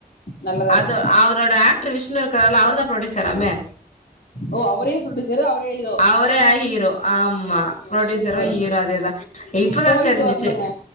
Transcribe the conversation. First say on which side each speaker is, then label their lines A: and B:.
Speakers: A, on the left; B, on the left.
A: நல்லதா
B: அது
A: இருக்கு
B: அவரோட ஆக்டர் விஷ்ணு இருக்கார்ல அவர்தா ப்ரொடியூசராமே
A: ஓ அவரே ப்ரொடியூசரு அவரே ஹீரோ
B: அவரே அயி ஹீரோ ஆமா
A: ம்
B: ப்ரொடியூசரு
A: சூப்பருங்க
B: ஹீரோ அதேதா இப்பதா
A: போயிட்டு
B: தெரிஞ்சிச்சு
A: வரணுங்க